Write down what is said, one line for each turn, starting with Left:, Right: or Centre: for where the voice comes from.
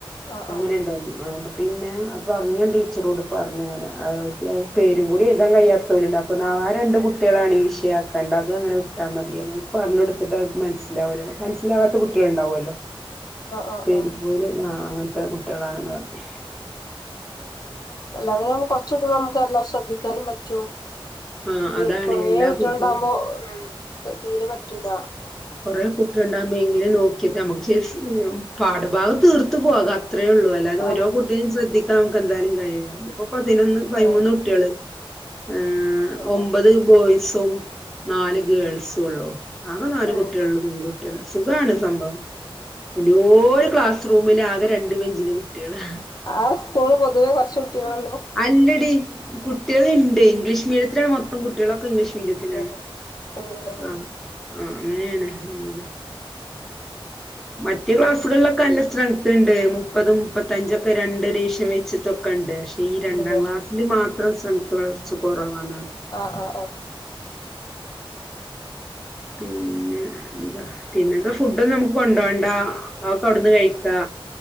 Left: ആഹ്
Centre: അങ്ങനെ
Left: ആഹ്
Centre: ഉണ്ടോ ആ പിന്നെ അപ്പം പറഞ്ഞ ടീച്ചറോട് പറഞ്ഞു ഇങ്ങനെ പേരും കൂടി ഏഴുതാൻ കഴിയാത്തവരുണ്ട് അപ്പൊ ആ രണ്ട് കുട്ടി കുട്ടികളാണ് ഈ വിഷയയാക്കാണ്ട അത് അങ്ങനെ വിട്ടാ മതിയന്ന് പറഞ്ഞ കൊടുത്തിട്ട് അവർക്ക് മനസ്സിലാവില്ലന്ന് മനസില കുട്ടികള ഉണ്ടാവുമല്ലോആ
Left: ആഹ് ആഹ്
Centre: അപ്പഇത് പോലെ ആ അങ്ങനത്തെ കുട്ടികളാണെന്ന് പറഞ്ഞു
Left: അല്ലതെ നമക്ക് കൊറച്ചൊക്കൊ നമുക്ക് എല്ലാം ശ്രദ്ധിക്കാനും പറ്റും
Centre: ആ
Left: ഇത്
Centre: അതാണ്
Left: കൊറേ
Centre: എല്ലാ
Left: കുട്ടികൾ
Centre: കുട്ടികളും
Left: ഉണ്ടാവുമ്പോ ഉം ശ തീരെ പറ്റൂലാ
Centre: കുറേ കുട്ടികൾ ഉണ്ടാകുമ്പോ ഇങ്ങനെ നോക്കിയത്തെ നമ്മുക്ക് ശരി പാഠഭാഗം തീർത്തു പോക്കാം അത്രേള്ളൂ അല്ലാത
Left: ആഹ്
Centre: ഓരോ കുട്ടിയും ശ്രദ്ധി നമുക്ക് എന്തായാലും കഴിയില്ല അതപ്പോ പതിനൊന്ന് പൈമൂന്ന്
Left: ആഹ്
Centre: കുട്ടികള് ആ
Left: അപ്പൊ
Centre: ഒമ്പത് ബോയ്സ് ഉം നാല് ഗേൾസും ഉള്ളൂ ആകെ നാലു
Left: ഓ
Centre: കുട്ടികളള്ളു പെൺകുട്ടികള് സുഖാണ് സംഭവം പിന്നെ ഓര് ക്ലാസ് റൂമിൽ ആകെ രണ്ട് ബെഞ്ചില് കുട്ടികള്
Left: ആ സ്കൂള് പൊതുവേ കെറച്ച് കുട്ടികളേ ഉള്ളൂ?
Centre: അല്ലടി കുട്ടികളിണ്ട് ഇംഗ്ലീഷ് മീഡിയത്തിലാണ് മൊത്തം കുട്ടികളും ഇംഗ്ലീഷ് മീഡിയത്തിലാണ്
Left: അങ്ങനെ അങ്ങനെ
Centre: ആ ആ <unintelligible> മറ്റു ക്ലാസ്സുകളിലൊക്കെ അല്ല ഉണ്ട് മുപ്പതും മുപ്പത്തഞ്ചും. രണ്ട് എഡിഷൻ വെച്ചിട്ടൊക്കെ കണ്ട് ഈ രണ്ടാം
Left: ഉണ്ടല്ലേ
Centre: ക്ലാസ്സിലു മാത്രം സ്ട്രെങ്ത്ത് കൊറച്ചു കൊറവാണ്
Left: ആ ആ ആ
Centre: ഉം ഉം പിന്നെന്താ ഫുഡോന്നും നമുക്ക് കൊണ്ടോവണ്ട അതൊക്കെ അവിട്ന്ന് കയിക്കാ